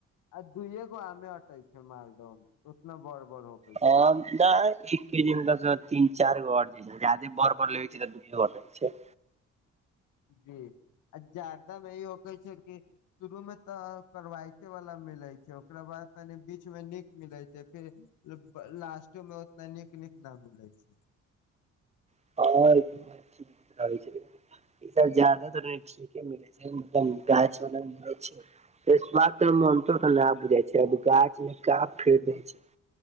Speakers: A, on the left; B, on the right.
A: आ दुए गो आमे अटै छै मालदह में उतना बड़ बड़ हो
B: <unintelligible> नै एक केजी मे जादा से जादा तीन चार गो अट छैय। जदे बड़ बड़ लेबै छैय दुगो आटय छैय।
A: जी <unintelligible> ए होकै छै कि शुरू मे तऽ करवायके वाला मिलैत छैय। ओकरा बाद तनि बीच मे नीक मिलैत छै फिर लास्टो में अतऽ नीक नीक न मिलै छैय।
B: <unintelligible> <unintelligible> <unintelligible>